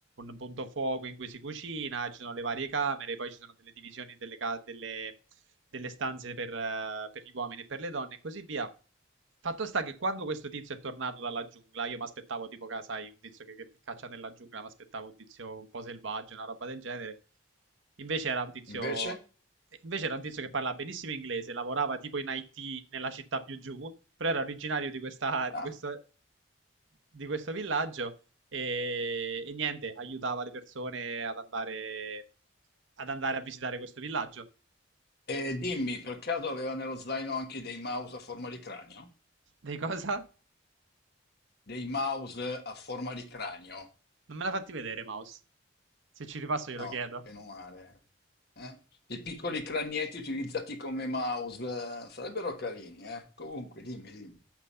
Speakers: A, on the right (about 75°); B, on the left (about 55°).
A: un punto fuoco in cui si cucina, ci sono le varie camere, poi ci sono delle divisioni delle, ca- delle- delle stanze per eh, per gli uomini e per le donne e così via. Fatto sta che quando questo tizio è tornato dalla giungla, io mi aspettavo tipo, ca- sai, un tizio che, che caccia nella giungla, mi aspettavo un tizio un po' selvaggio, una roba del genere. Invece era un tizio,
B: Invece?
A: invece era un tizio che parlava benissimo inglese, lavorava tipo in IT nella città più giù, però era originario di questa,
B: Ah,
A: di questo, di questo villaggio e, e niente, aiutava le persone ad andare, ad andare a visitare questo villaggio.
B: E dimmi, per caso aveva nello zaino anche dei mouse a forma di cranio?
A: Dei cosa?
B: Dei mouse a forma di cranio?
A: Non me l'ha fatti vedere, Mouse. Se ci ripasso glielo
B: No,
A: chiedo.
B: meno male. eh. I piccoli cranietti utilizzati come mouse eh, sarebbero carini, eh. Comunque, dimmi, dimmi.